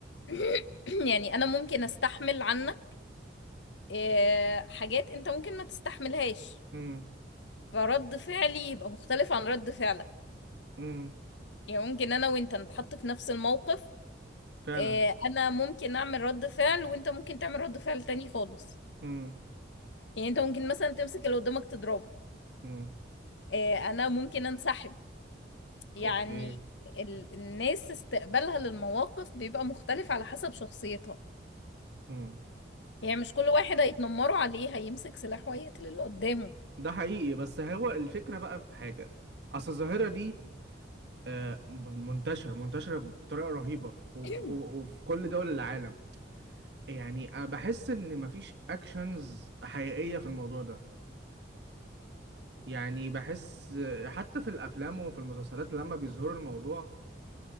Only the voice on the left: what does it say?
<clears throat> يعني انا ممكن استحمل عنك آه، حاجات انت ممكن ما تستحملهاش
فرد فعلي يبقى مختلف عن رد فعلك
يعني ممكن انا وانت نتحط في نفس الموقف
آه، انا ممكن اعمل رد فعل وانت ممكن تعمل رد فعل تاني خالص
يعني انت ممكن مثلا تمسك اللي قدامك تضربه
آه، انا ممكن انسحب يعني
ال- الناس استقبالها للمواقف بيبقى مختلف على حسب شخصيتها
يعني مش كل واحد هيتنمروا عليه هيمسك سلاح وهيقتل اللي قدامه
<coughs>